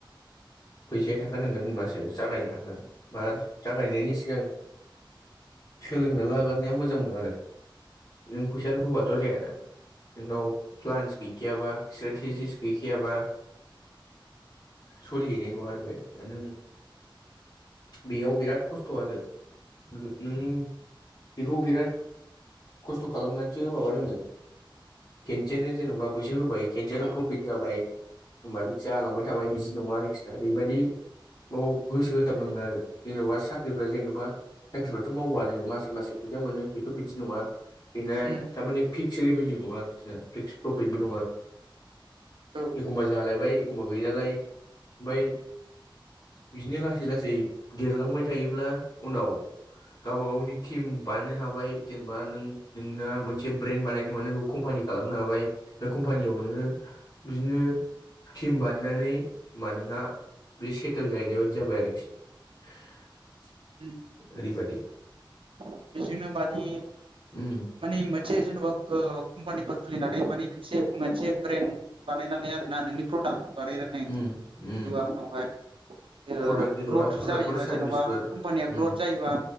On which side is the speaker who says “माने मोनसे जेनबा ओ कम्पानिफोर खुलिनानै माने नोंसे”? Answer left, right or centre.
Right